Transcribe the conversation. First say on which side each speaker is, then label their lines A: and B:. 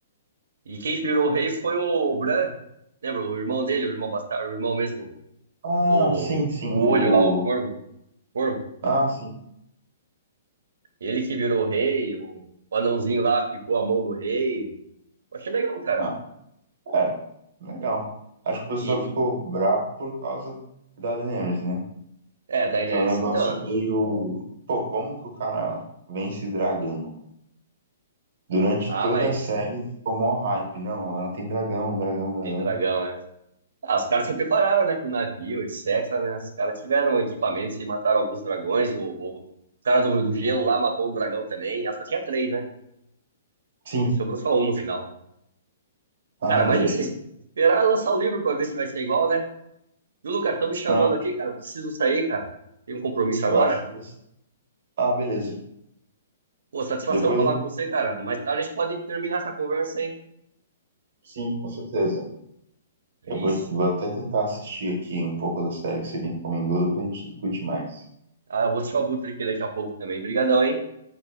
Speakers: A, on the right; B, on the right.
A: E quem inspirou o rei foi o Bran. Lembra? O irmão dele, o irmão bastardo, o irmão mesmo.
B: Ah,
A: O,
B: sim, sim,
A: o
B: o...
A: olho lá, o corvo. Corvo.
B: Ah, sim.
A: Ele que virou o rei. O, o anãozinho lá ficou a mão do rei. Eu achei legal, cara.
B: Ah, é, legal. Acho que o pessoal
A: E,
B: ficou
A: e-
B: bravo por causa da Daenerys, né?
A: é, Daenerys.
B: Foi um negócio
A: Então,
B: meio... Pô, como que o cara vence dragão? Durante
A: ah,
B: toda
A: mas
B: a série ficou mó hype. Não, ela tem dragão, dragão, dragão.
A: tem dragão, né? Ah, os caras se prepararam, né, com navio, etc, né? Os caras tiveram equipamentos e mataram alguns dragões. O, o cara do, do gelo lá matou um dragão também. Ela só tinha três, né?
B: Sim,
A: Aí sobrou só um no final.
B: Ah,
A: Cara,
B: entendi.
A: mas isso, esperar lançar o livro pra ver se vai ser igual, né? Viu, Lucas? Estão me chamando
B: Não,
A: aqui, cara. Eu Preciso sair, cara. Tem um compromisso
B: eu
A: agora.
B: acho que você... Ah, beleza.
A: Pô, satisfação
B: Depois
A: falar
B: a gente...
A: com você, cara. Mais tarde a gente pode terminar essa conversa, hein?
B: Sim, com certeza.
A: É
B: Eu
A: isso.
B: vou, vou até tentar assistir aqui um pouco da série que você me recomendou, depois a gente discute mais.
A: Ah, eu vou assistir o Abutre aqui daqui a pouco também. Obrigadão, hein?